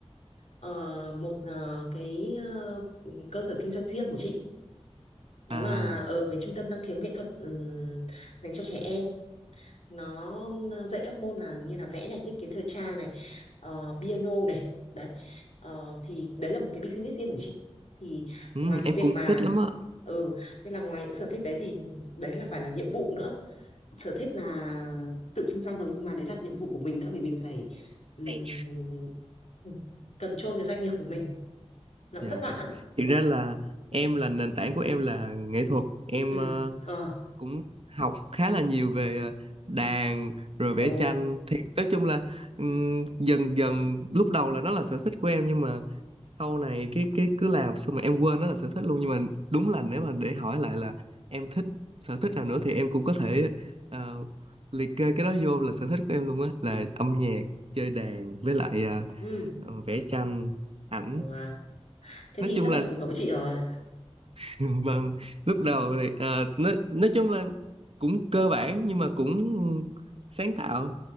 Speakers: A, on the left; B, on the right.
A: ờ, một ờ, cái ờ, cơ sở kinh doanh riêng của chị đó
B: à
A: là ở với trung tâm năng khiếu nghệ thuật ừm, dành cho trẻ em nó dạy các môn là như là vẽ này thiết kế thời trang này ờ, piano này đấy Ờ, thì đấy là một cái business riêng của chị thì
B: ừ,
A: ngoài cái
B: em
A: việc
B: cũng
A: mà
B: thích lắm á
A: ừ nên là ngoài những sở thích đấy thì đấy là phải là nhiệm vụ nữa sở thích là tự kinh doanh rồi nhưng mà đấy là nhiệm vụ của mình nữa vì mình phải um,
B: phải
A: control cái doanh nghiệp của mình nó cũng
B: dạ
A: vất vả lắm
B: thực ra là em là nền tảng của em là nghệ thuật em
A: ừ
B: ờ,
A: ờ
B: cũng học khá là nhiều về ờ, đàn rồi vẽ
A: ồ
B: tranh thì nói chung là ừm, dần dần lúc đầu là nó là sở thích của em nhưng mà sau này cái cái cứ làm xong rồi em quên nó là sở thích luôn nhưng mà đúng là nếu mà để hỏi lại là em thích sở thích nào nữa thì em cũng có thể ờ, liệt kê cái đó vô là sở thích của em luôn á là âm nhạc chơi đàn với lại ờ,
A: ừ
B: ờ, vẽ tranh ảnh
A: wow thế
B: nói
A: thì
B: chung
A: rất
B: là
A: là phù hợp với chị rồi
B: <laughs> vâng lúc đầu thì ờ, nói nói chung là cũng cơ bản nhưng mà cũng sáng tạo